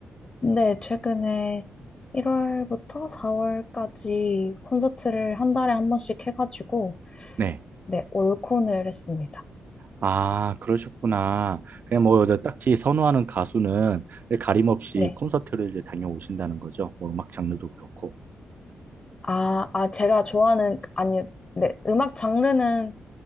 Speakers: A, on the left; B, on the right.
A: 근데 최근에 1월부터 4월까지 콘서트를 한 달에 한 번씩 해가지고
B: 네.
A: 네, 올콘을 했습니다.
B: 아, 그러셨구나. 그냥 뭐 딱히 선호하는 가수는 가림 없이
A: 네.
B: 콘서트를 이제 다녀오신다는 거죠. 뭐 음악 장르도 그렇고.
A: 아, 아, 제가 좋아하는, 아니, 네, 음악 장르는